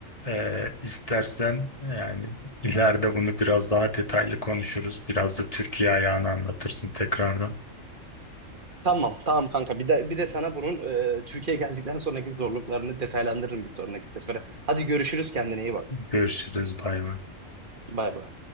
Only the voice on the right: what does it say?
Tamam, tamam kanka. Bir de bir de sana bunun e, Türkiye geldikten sonraki zorluklarını detaylandırırım bir sonraki sefere. Hadi görüşürüz kendine iyi bak.
Bay bay.